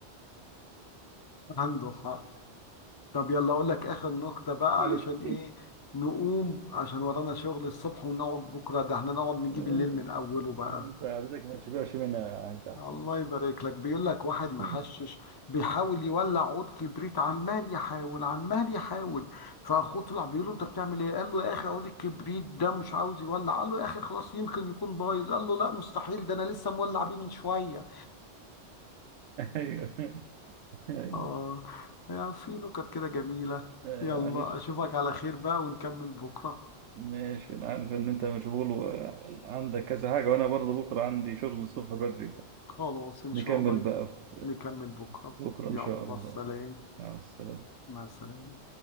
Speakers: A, on the left; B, on the right.
A: هندخ طب يلا اقول لك اخر نقطة بقى
B: <laughs>
A: علشان ايه نقوم عشان ورانا شغل الصبح ونقعد بكرة ده احنا نقعد نجيب
B: يلا،
A: الليل من اوله بقى
B: أنت عادتك ما تشبعش منها عنك أحسن
A: الله يبارك لك بيقول لك واحد محشش
B: <laughs>
A: بيحاول يولع عود كبريت عمال يحاول عمال يحاول فاخوه طلع بيقول له انت بتعمل ايه قال له يا اخي عود الكبريت ده مش عاوز يولع قال له يا اخي خلاص يمكن يكون بايظ قال له لا مستحيل ده انا لسه مولع بيه من شوية
B: أيوه أيوه
A: اه يعني في نكت كده جميلة
B: أيوه،
A: يلا
B: معلش
A: اشوفك على خير بقى ونكمل بكرة
B: ماشي أنا عارف إن أنت مشغول وعندك كذا حاجة وأنا برضه بكرة عندي شغل الصبح بدري
A: خلاص إن
B: نكمل
A: شاء الله
B: بقى في-
A: نكمل بكرة
B: بكرة إن
A: يلا
B: شاء الله
A: سلام
B: مع السلامة
A: مع السلامة